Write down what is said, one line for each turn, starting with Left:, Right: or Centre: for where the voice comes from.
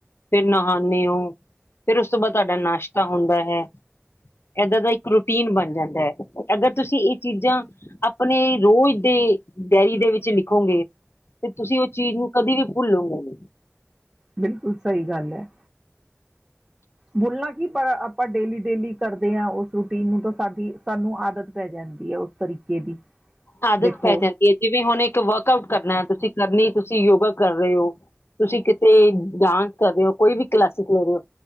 Left: ਫਿਰ ਨਹਾਉਂਦੇ ਹੋ ਫਿਰ ਉਸ ਤੋਂ ਬਾਅਦ ਤੁਹਾਡਾ ਨਾਸ਼ਤਾ ਹੁੰਦਾ ਹੈ ਇਹਦਾਂ ਦਾ ਰੂਟੀਨ ਬਣ ਜਾਂਦਾ ਹੈ ਅਗਰ ਤੁਸੀਂ ਇਹ ਚੀਜ਼ਾਂ ਆਪਣੇ ਰੋਜ਼ ਦੇ ਡੇਅਰੀ ਦੇ ਵਿੱਚ ਲਿਖੋਗੇ ਤੇ ਤੁਸੀਂ ਉਹ ਚੀਜ਼ ਨੂੰ ਕਦੇ ਵੀ ਭੁੱਲੋਗੇ ਨਹੀਂ
Right: ਬਿਲਕੁਲ ਸਹੀ ਗੱਲ ਹੈ ਬੁਲਣਾ ਕੀ ਪਰ ਆਪਾਂ ਡੇਲੀ ਡੇਲੀ ਕਰਦੇ ਹਾਂ ਉਸ ਰੂਟੀਨ ਨੂੰ ਤਾਂ ਸਾਡੀ ਸਾਨੂੰ ਆਦਤ ਪੈ ਜਾਂਦੀ ਹੈ ਉਸ ਤਰੀਕੇ ਦੀ
Left: ਆਦਤ
Right: ਦੇਖੋ
Left: ਪੈ ਜਾਂਦੀ ਹੈ ਜਿਵੇਂ ਹੁਣ ਇੱਕ ਵਰਕ ਆਊਟ ਕਰਨਾ ਤੁਸੀਂ ਕਰਨੀ ਤੁਸੀਂ ਯੋਗਾ ਕਰ ਰਹੇ ਹੋ ਤੁਸੀਂ ਕਿਤੇ ਡਾਂਸ ਕਰ ਰਹੇ ਹੋ ਕੋਈ ਵੀ ਕਲਾਸਿਕ ਲੈ ਰਹੇ ਹੋ